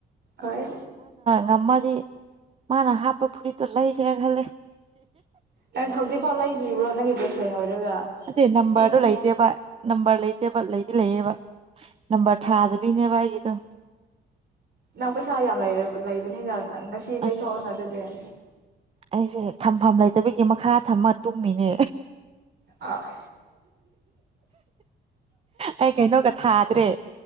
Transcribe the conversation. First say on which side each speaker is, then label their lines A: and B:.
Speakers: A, on the right; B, on the right.
A: ꯍꯣꯏ
B: ꯉꯃꯗꯤ ꯃꯥꯅ ꯍꯥꯞꯄ ꯐꯨꯔꯤꯠꯇꯣ ꯂꯩꯁꯔꯥ ꯈꯜꯂꯦ
A: ꯑꯁ ꯍꯧꯖꯤꯛꯐꯥꯎ ꯂꯩꯗ꯭ꯔꯤꯕ꯭ꯔꯣ ꯅꯪꯒꯤ ꯕꯦꯁ ꯐ꯭ꯔꯦꯟ ꯑꯣꯏꯔꯒ
B: ꯑ ꯅꯝꯕꯔꯗꯨꯣ
A: ꯊꯦꯡꯉꯦ
B: ꯂꯩꯇꯦꯕ ꯅꯝꯕꯔ ꯂꯩꯇꯦꯕ ꯂꯩ ꯂꯩꯌꯦꯕ ꯅꯝꯕꯔ ꯊꯥꯗꯕꯤꯅꯦꯕ ꯑꯩꯒꯤꯗꯣ
A: ꯅꯪ ꯄꯩꯁꯥ ꯌꯥꯝ ꯂꯩ ꯂꯩꯕꯅꯤꯅ ꯉꯁꯤ ꯂꯩꯊꯣꯛꯑꯣꯅ
B: ꯑꯁ
A: ꯑꯗꯨꯗꯤ
B: ꯑꯩꯁꯦ ꯊꯝꯐꯝ ꯂꯩꯇꯕꯤꯒꯤ ꯃꯈꯥ ꯊꯝꯃ ꯇꯨꯝꯃꯤꯅꯦ
A: ꯑ
B: ꯑꯩ ꯀꯩꯅꯣꯒ ꯊꯥꯗ꯭ꯔꯦ